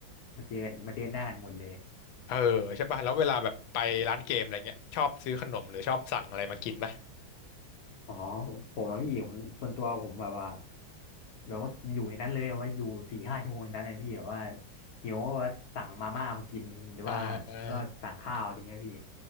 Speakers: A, on the left; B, on the left.
A: มาเจอกันมาเจอหน้ากันหมดเลย
B: เออใช่ป่ะแล้วเวลาแบบไปร้านเกมอะไรเงี้ยชอบซื้อขนมหรือชอบสั่งอะไรมากินป่ะ
A: อ๋อผมอะพี่ผมส่วนตัวผมแบบว่าแบบว่ากินอยู่ในนั้นเลยแบบว่าอยู่สี่ห้าชั่วโมงในนั้นนะพี่แบบว่าหิวก็ว่าสั่งมาม่ามากินหรือว่าก็สั่งข้าวอะไรเงี้ยพี่
B: อ่า